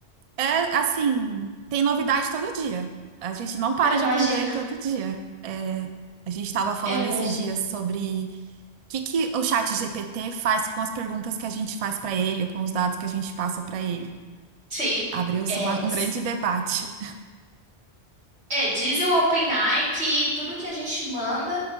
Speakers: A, on the right; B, on the right.
A: é assim, tem novidade todo dia. A gente não para
B: Eu imagino.
A: de aprender todo dia. É, a gente estava falando
B: Eu imagino.
A: esses dias sobre o que que o chat GPT faz com as perguntas que a gente faz para ele, ou com os dados que a gente passa para ele.
B: Sim.
A: Abriu-se
B: É
A: uma-
B: isso.
A: um grande debate.
B: É, diz o OpenAI que tudo que a gente manda,